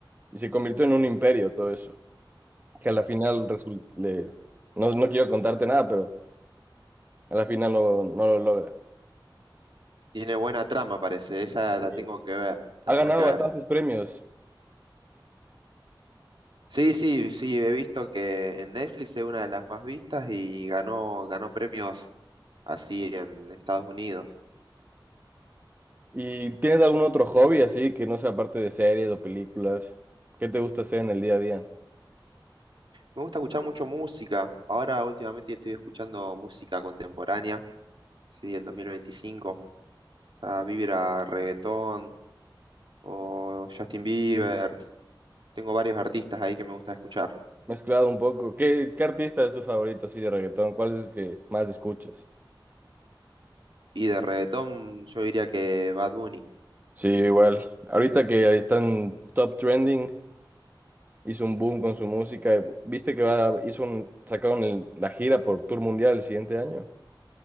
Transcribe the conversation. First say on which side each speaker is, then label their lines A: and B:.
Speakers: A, on the right; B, on the right.
A: y se convirtió en un imperio todo eso. Que a la final resulta, le, no, no quiero contarte nada, pero a la final no, no lo logra.
B: Tiene buena trama, parece. Esa la
A: Y
B: tengo que ver. La
A: ha
B: tengo
A: ganado
B: que ver.
A: bastantes premios.
B: Sí, sí, sí, he visto que en Netflix es una de las más vistas y ganó, ganó premios así en Estados Unidos.
A: ¿Y tienes algún otro hobby así que no sea parte de series o películas? ¿Qué te gusta hacer en el día a día?
B: Me gusta escuchar mucho música. Ahora últimamente estoy escuchando música contemporánea, sí, el 2025. O sea, Vibra, reggaetón o Justin Bieber. Tengo varios artistas ahí que me gusta escuchar.
A: Mezclado un poco. ¿Qué, qué artista es tu favorito así de reggaetón? ¿Cuál es el que más escuchas?
B: Y de reggaetón yo diría que Bad Bunny.
A: Sí, igual. Ahorita que ahí están top trending, hizo un boom con su música. ¿Viste que va, a- hizo un, sacaron el- la gira por tour mundial el siguiente año?